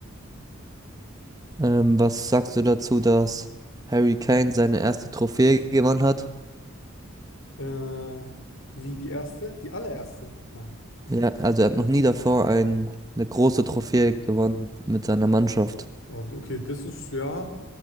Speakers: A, on the right (about 15°); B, on the left (about 60°).
A: Ähm, was sagst du dazu, dass Harry Kane seine erste Trophäe gewonnen hat?
B: Äh, wie die erste? Die allererste? Nein.
A: Ja, also er hat noch nie davor ein, eine große Trophäe gewonnen mit seiner Mannschaft.
B: Und okay, das ist ja,